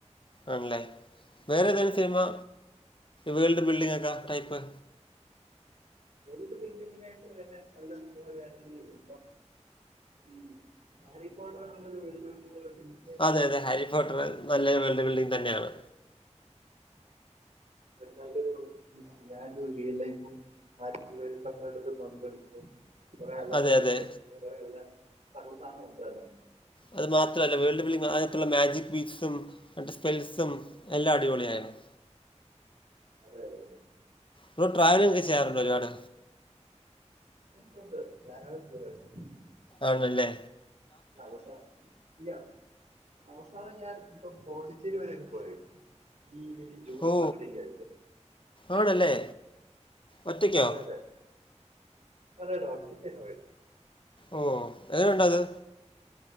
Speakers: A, on the left; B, on the right.
A: ആണല്ലേ വേറെ ഏതാണ് സിനിമ വേൾഡ് ബിൽഡിങ്ങക്ക ടൈപ്പ്
B: <unintelligible> ഇപ്പം ഉം ഹാരിപോട്ടർന്നുള്ളത് <unintelligible>
A: അതെ അതെ ഹാരി ഫോർട്ടർ നല്ലൊരു വേൾഡ് ബിൽഡിംഗ് തന്നെയാണ്.
B: നല്ലൊരു <unintelligible> റിയൽ ലൈഫും <unintelligible> പങ്കെടുക്കുന്നു കുറെേ അല്ലാത്ത
A: അതെ, അതെ.
B: ദേശത്ത കുറെല്ല സകൽ സാധനം ഉണ്ട് അല്ല <unintelligible>
A: അത് മാത്രല്ല വേൾഡ് വിളി അതിനകത്തുള്ള മാജിക് ബീറ്റ്സും സ്പെൽസും എല്ലാം അടിപൊളിയായിര്ന്ന്.
B: അതെയതെയതേ
A: ബ്രോ ട്രാവലിങ് ഒക്കെ ചെയ്യാറുണ്ടോ ഒരുപാട്
B: ഉണ്ട് ഉണ്ട് ധാരാളം <unintelligible>
A: ആണ്ല്ലേ
B: അവസ്ഥ ഇല്ല അവസാനം ഞാൻ ഇപ്പൊ പോണ്ടിച്ചേരി വരെയൊക്കെ പോയത് ഈ ജൂൺ
A: ഓ!
B: പകുതിയൊക്കെ ആയപ്പോൾ
A: ആണല്ലേ. ഒറ്റയ്ക്കോ?
B: അതേയതേ അതെ ഡോക്ടക്കന്നെ പോയത്
A: ഓ എങ്ങനെ ഉണ്ട് അത്